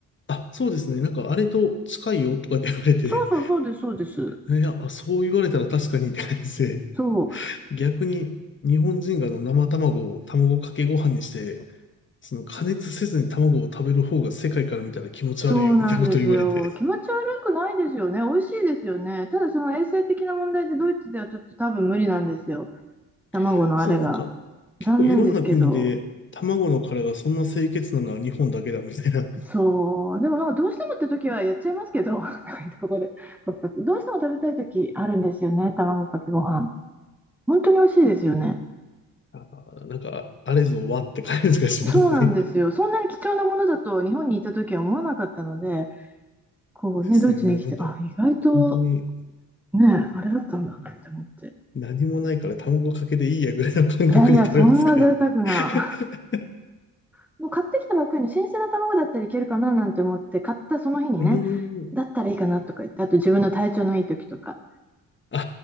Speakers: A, on the left; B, in the centre.
A: あ、そうですね。なんか、あれと近いよとかって言われて、
B: そうそうそうです、そうです。
A: いや、あそう言われたら確かにって感じで、
B: そう、
A: 逆に日本人があの生卵を卵かけご飯にして、その加熱せずに卵を食べる方が世界から見たら気持ち悪いよみたいなこと言われて。
B: そうなんですよ。気持ち悪くないですよね。美味しいですよね。ただその衛生的な問題でドイツではちょっと多分無理なんですよ。卵のあれが。
A: <laughs> それなんか結構いろんな国で卵の殻がそんな清潔なのは日本だけだみたいな、
B: 残念ですけど。そう。でもなんかどうしてもって時はやっちゃいますけど、<laughs> ここで。どうしても食べたい時あるんですよね。卵かけご飯。本当に美味しいですよね。
A: <laughs> あなんかあれぞわって感じがしますね。
B: そうなんですよ。そんなに貴重なものだと日本にいた時は思わなかったので、こうね、
A: <laughs> ですね。
B: ドイツに来て、
A: もうなんか
B: あ、意外と
A: 本当に
B: ねえ、あれだったんだなって思って。
A: 何もないから卵かけでいいやぐらいの感覚で食べますからね。
B: いやいや、そんな贅沢な。
A: <laughs>
B: <laughs> もう買ってきたばっかりの新鮮な卵だったらいけるかななんて思って、買ったその日にね、
A: うーん。
B: だったらいいかなとか言って、あと自分の体調のいい時とか、
A: あ、